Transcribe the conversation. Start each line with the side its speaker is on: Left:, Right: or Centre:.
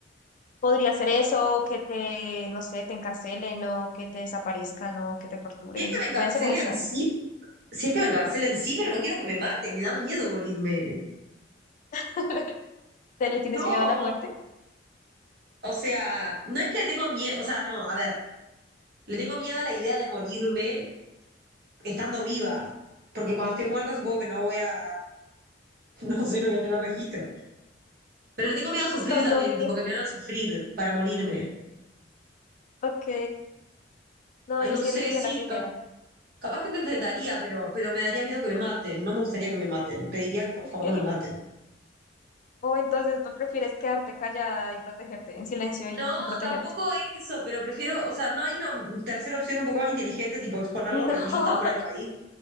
Left: Podría ser eso, que te, no sé, te encarcelen o que te desaparezcan o que te torturen.
Right: Si es que me encarcelen,
Left: Pueden ser muchas.
Right: sí, si es que me encarcelen, sí, pero no quiero que me maten, me da miedo morirme.
Left: <laughs> ¿Te- ¿Le tienes
Right: No.
Left: miedo a la muerte?
Right: O sea, no es que le tengo miedo, o sea, no, a ver, le tengo miedo a la idea de morirme estando viva, porque cuando esté muerta supongo que no voy a, <laughs> no sé, no voy a tener registro. Pero le tengo miedo a sufrir
Left: Estando
Right: también,
Left: vivo.
Right: tipo, que me hagan sufrir para morirme.
Left: Ok. No,
Right: Ay,
Left: yo
Right: no
Left: sí
Right: sé,
Left: elegiría
Right: sí,
Left: la primera.
Right: cap- capaz que me enfrentaría, pero, pero me daría miedo que me maten, no me gustaría que me maten, pediría que por
Left: <laughs>
Right: favor no me maten.
Left: O entonces tú prefieres quedarte callada y protegerte, en silencio y,
Right: No,
Left: y protegerte.
Right: tampoco eso, pero prefiero, o sea, no hay una tercera opción un poco más inteligente, tipo exponerlo,
Left: No,
Right: pero yo ya estar fuera del país.